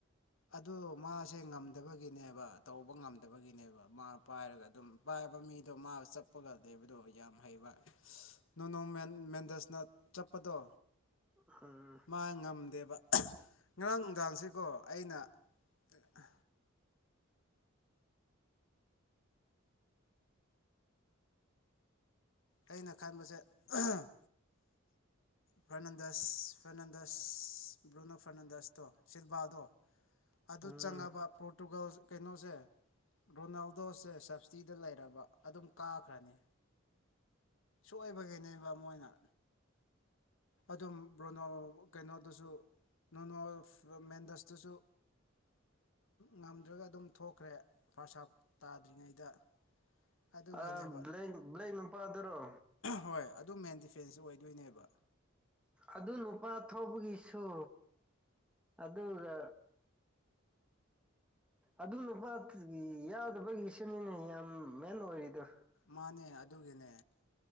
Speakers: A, on the left; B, in the centre.
A: ꯑꯗꯨ ꯃꯥꯁꯦ ꯉꯝꯗꯕꯒꯤꯅꯦꯕ ꯇꯧꯕ ꯉꯝꯗꯕꯒꯤꯅꯦꯕ ꯃꯥ ꯄꯥꯏꯔꯒ ꯑꯗꯨꯝ ꯄꯥꯏꯕ ꯃꯤꯗꯣ ꯃꯥ ꯆꯠꯄꯒ ꯂꯩꯕꯗꯣ ꯌꯥꯝ ꯍꯩꯕ ꯅꯣꯅꯣ ꯃꯦꯟ ꯃꯦꯟꯗꯁꯅ ꯆꯞꯄꯗꯣ
B: ꯍꯝ
A: ꯃꯥ ꯉꯝꯗꯦꯕ ꯉꯔꯥꯡ ꯅꯨꯡꯗꯥꯡꯁꯤꯀꯣ ꯑꯩꯅ ꯑ ꯑꯩꯅ ꯈꯟꯕꯁꯦ ꯑꯍꯝ ꯐꯔꯅꯟꯗꯁ ꯐꯔꯅꯟꯗꯁ ꯕ꯭ꯂꯣꯅꯣ ꯐꯔꯅꯟꯗꯁꯇꯣ ꯁꯤꯜꯕꯥꯗꯣ ꯑꯗꯨ
B: ꯎꯝ
A: ꯆꯪꯉꯕ ꯄꯣꯔꯇꯨꯒꯜ ꯀꯩꯅꯣꯁꯦ ꯔꯣꯅꯥꯜꯗꯣꯁꯦ ꯁꯞꯁꯇꯤꯗ ꯂꯩꯔꯕ ꯑꯗꯨꯝ ꯀꯥꯈ꯭ꯔꯅꯤ ꯁꯣꯏꯕꯒꯤꯅꯦꯕ ꯃꯣꯏꯅ ꯑꯗꯨꯝ ꯔꯣꯅꯥꯜ ꯀꯩꯅꯣꯗꯨꯁꯨ ꯅꯣꯡꯅ ꯃꯦꯟꯗꯁꯇꯁꯨ ꯉꯝꯗ꯭ꯔꯒ ꯑꯗꯨꯝ ꯊꯣꯛꯈ꯭ꯔꯦ ꯐꯔꯁꯥꯞ ꯇꯥꯗ꯭ꯔꯤꯉꯩꯗ ꯑꯗꯨꯒꯤꯅꯦꯕ
B: ꯑ ꯕ꯭ꯂꯦꯛ ꯕ꯭ꯂꯦꯛ ꯅꯨꯄꯥꯗꯨꯔꯣ
A: ꯍꯣꯏ ꯑꯗꯨ ꯃꯦꯟ ꯗꯤꯐꯦꯟꯁꯇ ꯑꯣꯏꯗꯣꯏꯅꯦꯕ
B: ꯑꯗꯨ ꯅꯨꯄꯥ ꯊꯧꯕꯒꯤꯁꯨ ꯑꯗꯨꯒ ꯑꯗꯨ ꯅꯨꯄꯥ ꯀꯔꯤ ꯌꯥꯗꯕꯒꯤ ꯁꯦꯝ ꯍꯥꯟꯂꯨꯔꯕꯅꯦ ꯌꯥꯝ ꯃꯦꯟ ꯑꯣꯏꯔꯤꯗꯣ
A: ꯃꯥꯅꯦ ꯑꯗꯨꯒꯤꯅꯦ